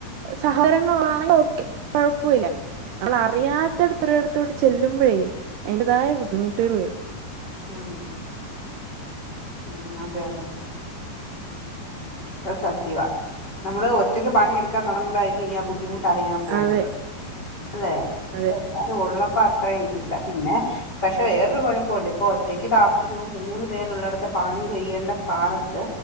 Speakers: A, on the right; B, on the left.
A: സഹോദരങ്ങൾ ഉള്ളാതാണെ ഒക്കെ കൊഴപ്പില്ല നമ്മളെ അറിയാത്തടത്തൊരിടത്തോട്ട് ചെല്ലുമ്പോഴേ അതിന്റേതായ ബുദ്ധിമുട്ടുകൾ വരും
B: ഉം ഉം അതെ അതെ അത് സത്യവാ നമ്മള് ഒറ്റക്ക് പണിയ എടുക്കാൻ തുടങ്ങുമ്പോായിരിക്കും ഇനി ആ ബുദ്ധിമുട്ട് ട്ട്അറിയാൻ പോകുന്നത്
A: അതെ
B: അതെ
A: അതെ
B: എല്ലാരും ഉള്ളപ്പോ അത്ര ഇതില്ല പിന്നെ പക്ഷെ വേറൊരു കുഴപ്പുണ്ട് ഇപ്പൊ ഒറ്റക്ക് താമസിക്കുമ്പോൾ മൂന്നു പേരുള്ളിടത്തെ പണി ചെയ്യേണ്ട സ്ഥാനത്ത്